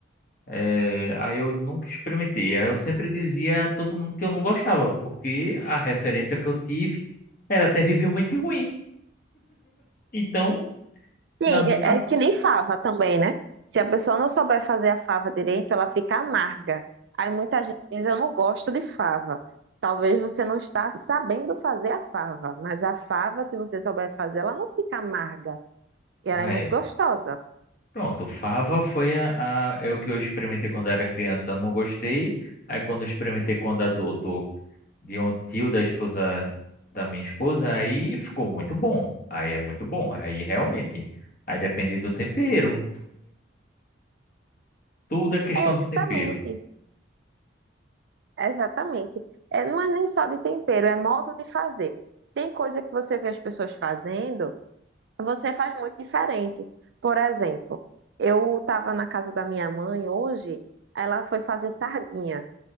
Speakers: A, on the left; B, on the right.
A: É, aí eu nunca experimentei. Aí eu sempre dizia a todo mundo que eu não gostava, porque a referência que eu tive era terrivelmente ruim. Então,
B: Sim,
A: na minha
B: é é que nem fava também, né? Se a pessoa não souber fazer a fava direito, ela fica amarga. Aí muita gente diz, eu não gosto de fava. Talvez você não está sabendo fazer a fava, mas a fava, se você souber fazer, ela não fica amarga. E
A: cabeça.
B: ela é muito gostosa.
A: Pronto, fava foi a, a- é o que eu experimentei quando era criança, não gostei. Aí quando eu experimentei quando adulto de um tio da esposa da minha esposa, aí ficou muito bom. Aí é muito bom, aí realmente. Aí depende do tempero, tudo é questão
B: É,
A: do
B: justamente,
A: tempero.
B: exatamente. É, não é nem só de tempero, é modo de fazer. Tem coisa que você vê as pessoas fazendo Você faz muito diferente. Por exemplo, eu estava na casa da minha mãe hoje, ela foi fazer sardinha.